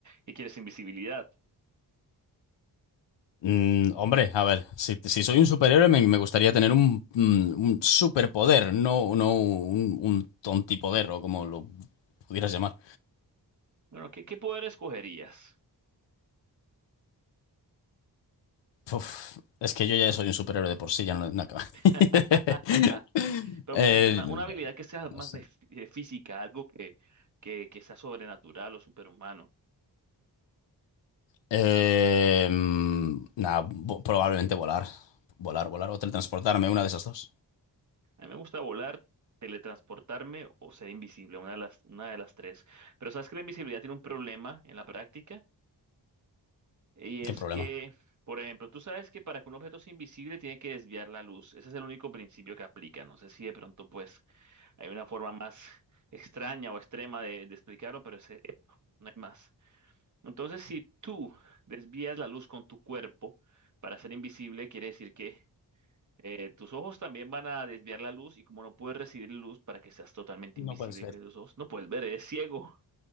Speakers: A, on the right (about 45°); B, on the left (about 85°).
A: ¿Qué quieres invisibilidad?
B: Mm, hombre, a ver, si, si soy un superhéroe, me, me gustaría tener un, mm, un superpoder, no, no un, un tontipoder o como lo pudieras llamar.
A: Bueno, ¿qué, qué poder escogerías?
B: Uf, es que yo ya soy un superhéroe de por sí, ya no, no acaba.
A: <laughs>
B: <laughs>
A: Pero
B: Eh,
A: una, una habilidad
B: yo
A: que sea más
B: no sé.
A: de fí- de física, algo que, que, que sea sobrenatural o superhumano.
B: Eh, nada, vo- probablemente volar. Volar, volar o teletransportarme, una de esas dos.
A: A mí me gusta volar, teletransportarme o ser invisible, una de las, una de las tres. Pero sabes que la invisibilidad tiene un problema en la práctica y es
B: ¿Qué problema?
A: que, por ejemplo, tú sabes que para que un objeto sea invisible tiene que desviar la luz. Ese es el único principio que aplica. No sé si de pronto pues hay una forma más extraña o extrema de, de explicarlo, pero ese, no hay más. Entonces, si tú desvías la luz con tu cuerpo para ser invisible, quiere decir que eh, tus ojos también van a desviar la luz y como no puedes recibir luz para que seas totalmente
B: No
A: invisible
B: puede ser.
A: y que tus ojos no puedes ver, eres <laughs> ciego.